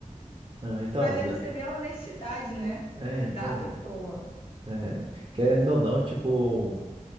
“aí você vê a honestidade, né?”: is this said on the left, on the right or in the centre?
Left